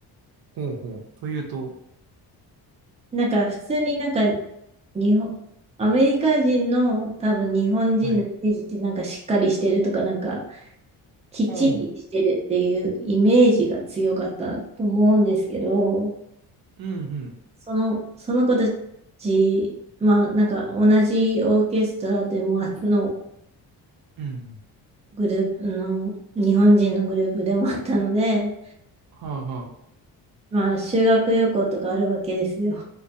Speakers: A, on the right; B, on the right.
A: ほうほう。というと、
B: なんか普通になんか日本、アメリカ人の多分日本人のイメージってなんかしっかりしてるとかなんか
A: はい。
B: きっちりしてるっていうイメージが強かったと思うんですけど、
A: おう。うん、うん。
B: その、その子たち、まあ、なんか同じオーケストラでもあの
A: うん。
B: グループの、日本人のグループでもあったので、
A: はあ、は
B: <laughs> まあ、修学旅行とかあるわけですよ。